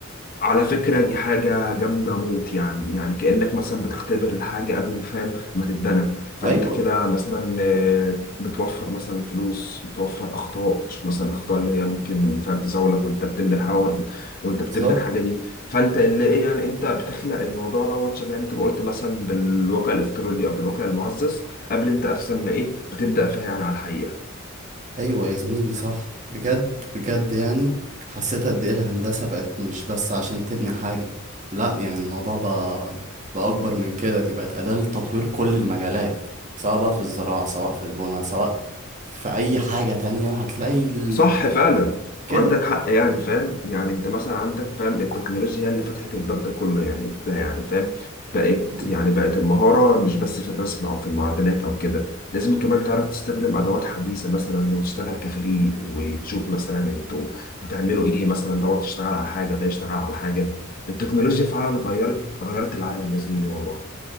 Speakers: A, on the left (about 45°); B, on the right (about 35°).
A: على فكرة دي حاجة جامدة موت يعني يعني كأنك مثلا بتختبر الحاجة قبل ما فاهم ما تتبنى فأنت
B: ايوه
A: كده مثلا آه، بتوفر مثلا فلوس بتوفر أخطاء بتشوف مثلا الأخطاء اللي هي ممكن فاهم تزاولك وأنت بتبني الحوار وأنت بتبني
B: بالظبط
A: الحاجة دي فأنت اللي إيه يعني أنت بتخلق الموضوع دوت شبه أنت ما قلت مثلا بالواقع الافتراضي أو بالواقع المعزز قبل أنت أصلا ما إيه بتبدأ فيها يعني على الحقيقة
B: ايوه يا زميلي صح بجد بجد يعني حسيت قد ايه الهندسه بقت مش بس عشان تبني حاجه لا يعني الموضوع بقى بقى اكبر من كده دي بقت اداه لتطوير كل المجالات سواء بقى في الزراعه سواء في البنى سواء في اي حاجه تانية هتلاقي ال...
A: صح فعلا
B: كده
A: عندك حق يعني فاهم يعني انت مثلا عندك فاهم التكنولوجيا هي اللي فتحت الباب ده كله يعني ف- يعني فاهم بقت
B: مم.
A: يعني بقت المهارة مش بس في الرسم او في المعدنات او كده لازم كمان تعرف تستخدم ادوات حديثة مثلا وتشتغل كفريق وتشوف مثلا انتوا هتعملوا ايه مثلا دوت تشتغل على حاجة ده يشتغل على حاجة التكنولوجيا فعلا غيرت غيرت العالم يا زميلي والله